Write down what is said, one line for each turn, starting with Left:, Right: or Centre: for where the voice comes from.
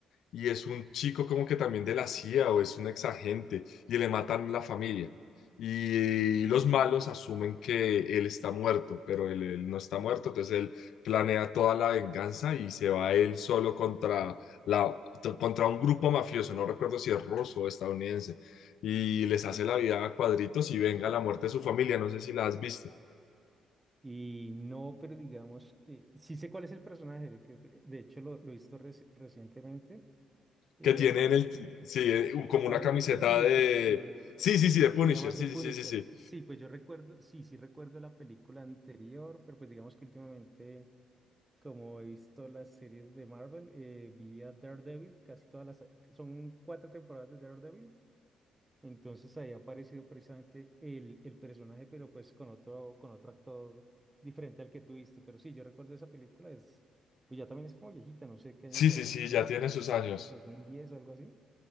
Left: y es un chico como que también de la CIA o es un exagente y le matan la familia. Y los malos asumen que él está muerto, pero él, él no está muerto, entonces él planea toda la venganza y se va él solo contra, la, contra un grupo mafioso, no recuerdo si es ruso o estadounidense, y les hace la vida a cuadritos y venga la muerte de su familia, no sé si la has visto,
Right: Y no, pero digamos que sí sé cuál es el personaje, creo que- de hecho lo, lo he visto reci- recientemente. eh,
Left: que tiene
Right: apare-
Left: en el, sí, eh,
Right: apare-
Left: como una camiseta
Right: es The Punisher,
Left: de,
Right: eh,
Left: sí, sí, sí, de Punisher,
Right: se llama
Left: sí,
Right: The Punisher.
Left: sí, sí, sí, sí,
Right: Sí, pues yo recuerdo, sí, sí recuerdo la película anterior, pero pues digamos que últimamente, como he visto las series de Marvel, eh, vi a Daredevil, casi todas las, son cuatro temporadas de Daredevil. Entonces ahí ha aparecido precisamente el, el personaje, pero pues con otro, con otro actor diferente al que tuviste. Pero sí, yo recuerdo esa película, es, pues ya también es como viejita, no sé qué año
Left: Sí,
Right: será,
Left: sí, sí,
Right: como
Left: ya
Right: el
Left: tiene
Right: dos
Left: sus
Right: dos mil
Left: años.
Right: dos mil diez algo así.